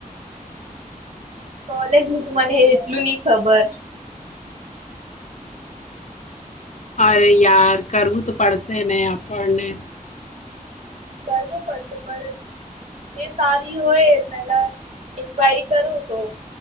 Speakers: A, on the right; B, on the left.
A: કોલેજ ન તો મને એટલું નહ ખબર
B: અરે યાર કરવું તો પડશે ને આપણને
A: કરવું પડશે પણ જે સારી હોય પેલા ન્ક્વાયરી કરું તો